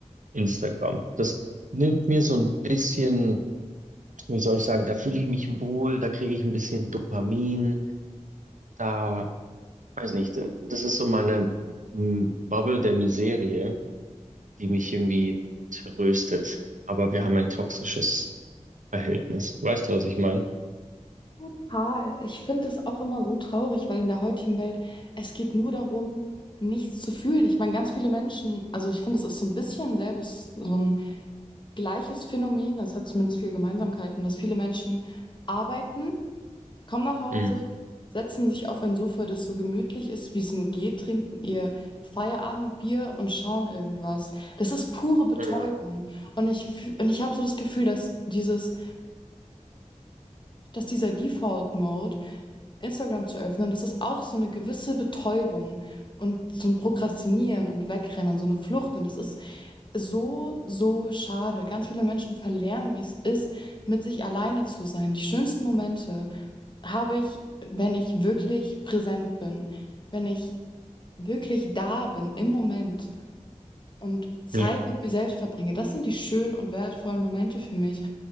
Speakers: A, on the right; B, on the left.
A: Instagram. Das nimmt mir so ein bisschen, wie soll ich sagen, da fühle ich mich wohl, da kriege ich ein bisschen Dopamin, da weiß nicht, das ist so meine mm, Bubble der Miserie, die mich irgendwie tröstet. Aber wir haben ein toxisches Verhältnis. Weißt du, was ich meine?
B: Total. Ich finde das auch immer so traurig, weil in der heutigen Welt, es geht nur darum, nichts zu fühlen. Ich meine, ganz viele Menschen, also ich finde, es ist so ein bisschen selbes, so ein gleiches Phänomen, das hat zumindest viele Gemeinsamkeiten, dass viele Menschen arbeiten kommen nach Hause,
A: Mhm.
B: setzen sich auf ein Sofa, das so gemütlich ist, wie es nur geht, trinken ihr Feierabendbier und schauen irgendwas. Das ist pure Betäubung.
A: Mhm.
B: Und ich, fü- und ich habe so das Gefühl, dass dieses dass dieser Default Mode, Instagram zu öffnen, das ist auch so eine gewisse Betäubung und so ein Prokrastinieren und Wegrennen und so eine Flucht. Und das ist so, so schade. Ganz viele Menschen verlernen, wie es ist, mit sich alleine zu sein. Die schönsten Momente habe ich, wenn ich wirklich präsent bin, wenn ich wirklich da bin im Moment und Zeit
A: Mhm. Ja,
B: mit mir selbst verbringe. Das sind die schönen und wertvollen Momente für mich.